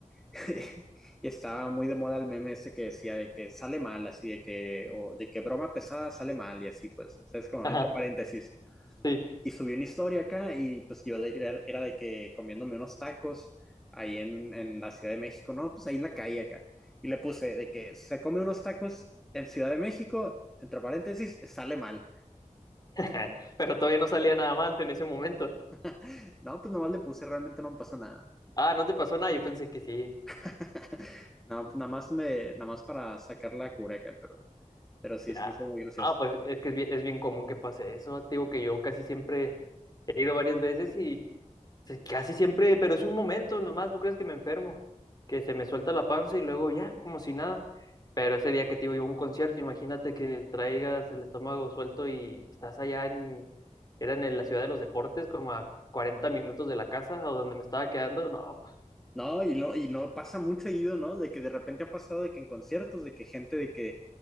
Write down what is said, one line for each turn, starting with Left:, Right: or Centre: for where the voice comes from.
Centre: <laughs> Y estaba muy de moda el meme ese que decía de que sale mal, así de que, o de que broma pesada sale mal y así, pues, ¿sabes? Como
Left: Ajá,
Centre: entre paréntesis.
Left: sí.
Centre: Y subí una historia acá y pues yo de- era de que comiéndome unos tacos ahí en, en la Ciudad de México, no, pues ahí en la calle acá. Y le puse de que se come unos tacos en Ciudad de México, entre paréntesis, sale mal.
Left: <laughs> Pero todavía no salía nada mal en ese momento.
Centre: <laughs> No, pues nomás le puse, realmente no me pasó nada.
Left: Ah, ¿no te pasó nada? Yo pensé que sí.
Centre: <laughs> No, pues nada más me, nada más para sacar la cura acá pero, pero sí
Left: Ya.
Centre: se me hizo muy gracioso.
Left: Ah, pues es que es bien, es bien común que pase eso. Te digo que yo casi siempre he ido varias veces y se- casi siempre, pero es un momento nomás, no crees que me enfermo, que se me suelta la panza y luego ya, como si nada. Pero ese día que te digo yo a un concierto, imagínate que traigas el estómago suelto y estás allá en, era en el- la ciudad de los deportes, como a 40 minutos de la casa o donde me estaba quedando. No, pues
Centre: No, y no, y no pasa muy seguido, ¿no? De que de repente ha pasado de que en conciertos, de que gente de que